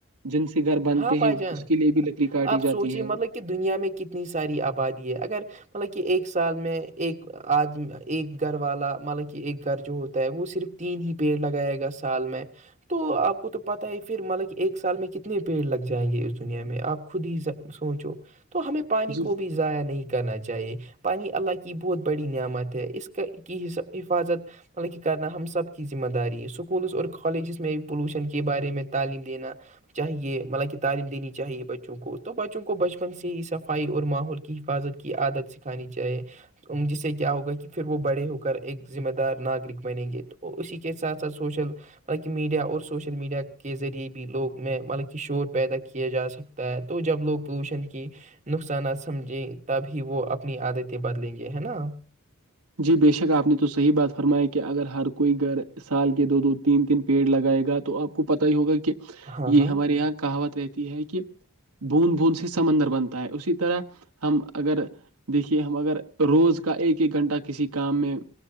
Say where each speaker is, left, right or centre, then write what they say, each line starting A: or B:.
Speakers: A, on the right; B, on the right.
A: جن سے گھر بنتے
B: ہاں بھائی
A: ہیں
B: جان
A: اس کے لیے بھی لکڑی کاٹی
B: آپ سوچیے
A: جاتی ہے
B: مطلب کہ دنیا میں کتنی ساری آبادی ہے اگر مطلب کہ ایک سال میں ایک آد ایک گھر والا مطلب کہ ایک گھر جو ہوتا ہے وہ صرف تین ہی پیڑ لگائے گا سال میں تو آپ کو تو پتا ہی پھر مطلب کہ ایک سال میں کنے تنے پیڑ لگ جائیں گے اس دنیا میں آپ خود ہی سوچو تو ہمیں پانی
A: جی
B: کو بھی ضائع نہیں کرنا چاہیے پانی اللہ کی بہت بڑی نعمت ہے اس کا کی حفاظت مطلب کہ کرنا ہم سب کی ذمہ داری ہے اسکولس اور کالجز میں بھی پولوشن کے بارے میں تعلیم دینا چاہیے ملب کہ تعلیم دینی چاہیے بچوں کو تو بچوں کو بچپن سے ہی صفائی اور ماحول کی حفاظت کی عادت سکھانی چاہیے جس سے کیا ہوگا کہ پھر وہ بڑے ہو کر ایک ذمہ دار ناگرک بنیں گے تو اسی کے ساتھ ساتھ سوشل حالہ میڈیا اور سوشل میڈیا کے ذریعے بھی لوگ میں مطلب کہ شور پیدا کیا جا سکتا ہے تو جب لوگ پولوشن کی نقصانات سمجھیں تبھی وہ اپنی عادتیں بدلیں گے ہے نا
A: جی بے شک آپ نے تو صحیح بات فرمایا کہ اگر ہر کوئی گھر سال کے دو دو تین تین پیڑ لگائے گا تو آپ کو پت ہی ہوگا کہ
B: ہاں
A: یہ
B: ہاں
A: ہمارے یہاں کہاوت رہتی ہے کہ بوند بوند سے سمندر بنتا ہے اسی طرح ہم اگر دیکھیے ہم اگر روز کا ایک ایک گھنٹہ کسی کام میں